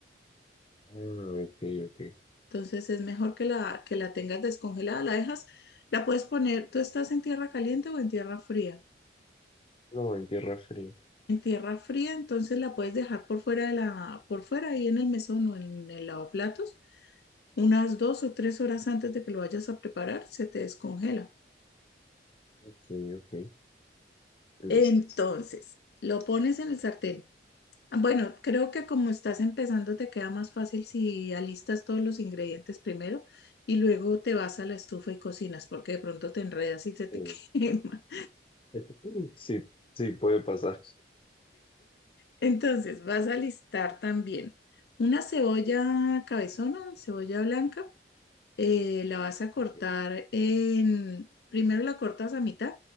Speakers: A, on the left; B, on the left.
A: Ah, ok, ok.
B: Entonces es mejor que la, que la tengas descongelada, la dejas, la puedes poner, tú estás en tierra caliente o en tierra fría.
A: No, en tierra fría.
B: En tierra fría, entonces la puedes dejar por fuera de la, por fuera ahí en el mesón o en el lavaplatos, unas dos o tres horas antes de que lo vayas a preparar, se te descongela.
A: Ok, ok, listo.
B: Entonces, lo pones en el sartén. Bueno, creo que como estás empezando te queda más fácil si alistas todos los ingredientes primero y luego te vas a la estufa y cocinas, porque de pronto te enredas y se te
A: Eh,
B: <laughs> quema.
A: <laughs> Sí, sí, puede pasar.
B: Entonces, vas a listar también una cebolla cabezona, cebolla blanca. eh, la vas a cortar
A: Ok,
B: en, primero la cortas a mitad,